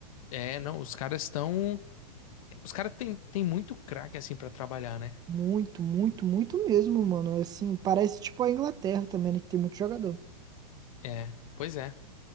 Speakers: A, on the left; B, on the right.
A: É, não, os caras estão, os caras têm tem muito craque assim pra trabalhar, né?
B: Muito, muito, muito mesmo, mano. Assim, parece tipo a Inglaterra também, né? Que tem muito jogador.
A: É, pois é.